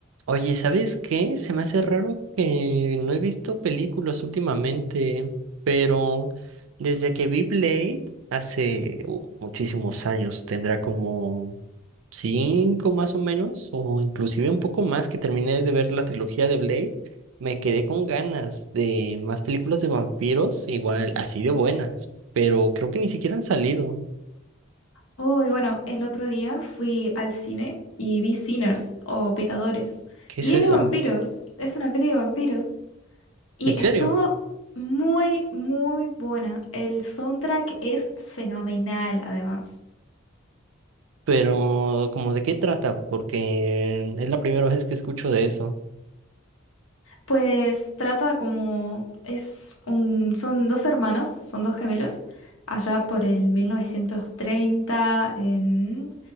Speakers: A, on the right (about 75°); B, on the left (about 85°).
A: Oye, ¿sabes qué? Se me hace raro que no he visto películas últimamente, pero desde que vi Blade hace uh, muchísimos años, tendrá como cinco más o menos, o inclusive un poco más, que terminé de ver la trilogía de Blade, me quedé con ganas de más películas de vampiros, igual así de buenas, pero creo que ni siquiera han salido.
B: Oh, y bueno, el otro día fui al cine y vi Sinners o Pecadores.
A: ¿Qué
B: Y
A: es eso?
B: es de vampiros, es una peli de vampiros. Y
A: ¿En serio?
B: estuvo muy, muy buena. El soundtrack es fenomenal, además.
A: Pero, ¿como de qué trata? Porque es la primera vez que escucho de eso.
B: Pues trata como, es un, son dos hermanos, son dos gemelos, allá por el 1930 en,